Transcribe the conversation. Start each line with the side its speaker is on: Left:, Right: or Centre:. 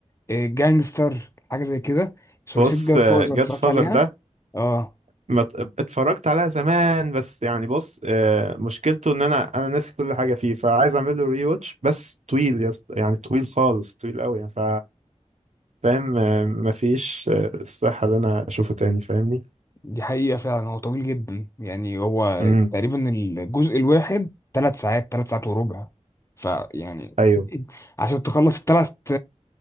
Left: جانجستر حاجة زي كده ثلاثية
Right: بص
Left: جاد فاذر
Right: جاد
Left: اتفرجت
Right: فازر
Left: عليها
Right: ده
Left: اه
Right: ما ت- اتفرجت عليها زمان بس يعني بص آه، مشكلته ان انا انا ناسي كل حاجه فيه فعايز اعمل له ري واتش بس طويل يا اسطى يعني طويل خالص طويل قوي يعني ف فاهم آه، مفيش آه، الصحه ان انا اشوفه تاني فاهمني
Left: دي حقيقة فعلا هو طويل جدا يعني هو
Right: امم
Left: تقريبا الجزء الواحد ثلاث ساعات ثلاث ساعات وربع فيعني
Right: ايوه
Left: <laughs> عشان تخلص الثلاث